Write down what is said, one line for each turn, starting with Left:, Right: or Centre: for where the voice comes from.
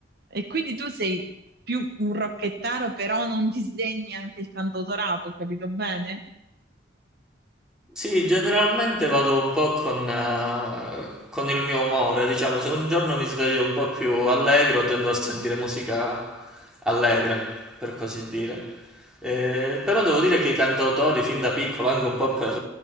Right: E quindi tu sei più un rocchettaro, però non disdegni anche il cantautorato, ho capito bene?
Centre: Sì, generalmente vado un po' con, eh, con il mio umore, diciamo, se un giorno mi sveglio un po' più allegro, tendo a sentire musica allegra, per così dire. Eh, però devo dire che i cantautori, fin da piccolo, anche un po' per,